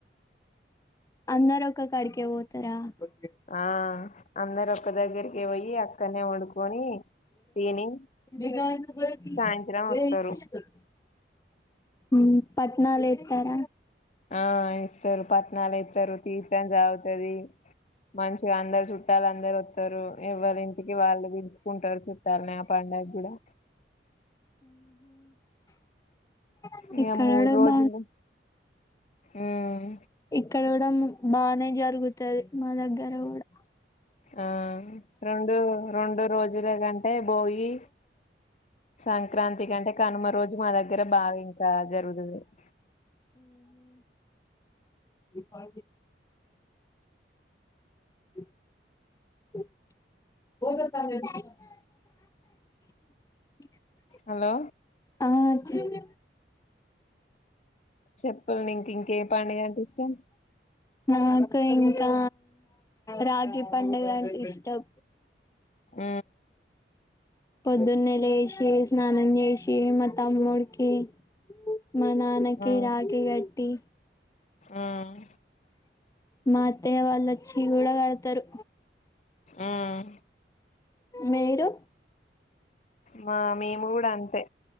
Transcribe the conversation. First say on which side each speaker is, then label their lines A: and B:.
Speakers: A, on the left; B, on the left.
A: అందర ఒక కడికే పోతారా వకే
B: ఆ అందరు ఒక్క దగ్గరికి పోయి అక్కడనే వండుకొని తిని
A: <unintelligible>
B: సాయంత్రం వస్తారు
A: హ పట్నాాల ఇర్తార
B: ఆ ఇస్తారు పట్టనాలు ఇస్తారు తీసం జగుతుది మంచిగా అందరు చుట్టాలు అందరు వస్తారు ఎవరి ఇంటికి వాళ్ళు విలుచుకుంటారు చుట్టాలని ఆ ప ఉయి కూడా
A: <inaudible>
B: ఇక
A: ఇక్కడ
B: మూడు
A: కూడా
B: రోజులు
A: బ
B: ఉమ్
A: ఇక్కడ కూడా బానే జరుగుతుది మా దగ్గర కూడా
B: ఆ రెండు రెండు రోజుల కంటే బోగి సంక్రాంతి కంటే కనుమ రోజు మా దగ్గర బాగా ఇంకా జరుగుతుంది <inaudible>
A: పా <inaudible> <unintelligible>
B: హలో
A: ఆ చెప్
B: చెప్పండి ఇంక ఎ పండుగ అంటే ఇష్టం
A: నాకు ఇంకా రాఖీ పండుగ అంటే ఇష్టం
B: ఊ
A: పొద్దున్నెల లేసి స్నానం చేసి మా తమ్ముడికి మా నాన్నకి
B: ఉమ్
A: రాఖీ గట్టి
B: ఉమ్
A: మా అత్తయ్య వాళ్ళు వచ్చి కూడా కడతరు
B: ఉమ్
A: మీరు
B: మా మేము కూడా అంతే